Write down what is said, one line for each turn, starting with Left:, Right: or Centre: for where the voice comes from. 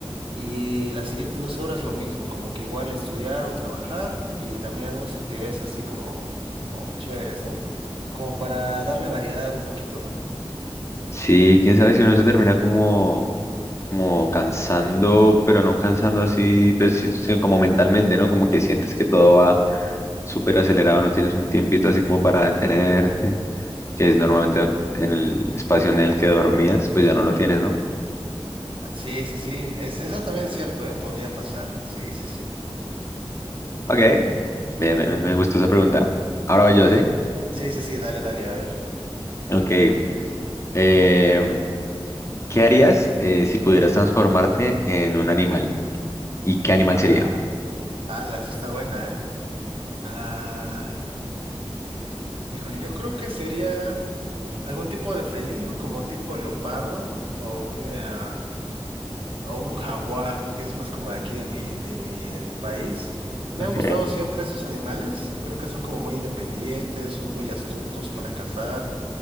Right: y las siguientes 12 horas lo mismo, como que igual estudiar o trabajar y también algunas actividades así como, como chéveres, ¿no? Como para darle variedad un poquito, ¿no?
Left: Sí, quién sabe si uno se termina como, como cansando, pero no cansando así, pues, sí, sino como mentalmente, ¿no? Como que sientes que todo va súper acelerado, no tienes un tiempito así como para detenerte. que es normalmente en el espacio en el que dormías, pues ya no lo tienes, ¿no?
Right: Ah, Sí, sí, sí. Es, eso también es cierto, ¿eh? Podría pasar. Sí, sí, sí.
Left: Ok, bien, bien, me gustó esa pregunta. Ahora voy yo,
Right: A
Left: ¿sí?
Right: ver. Sí, sí, sí, dale, dale, a ver.
Left: Ok. eh, ¿qué harías eh, si pudieras transformarte en un animal? ¿Y qué animal sería?
Right: Ah, alas, está buena, ¿eh? Ah, híjole, yo creo que sería algún tipo de felino, como tipo leopardo, o una, o un jaguar, que es más como de aquí de mi, de mi, de mi país. Me
Left: Ok.
Right: han gustado siempre esos animales. Creo que son como muy independientes, son muy astutos para cazar,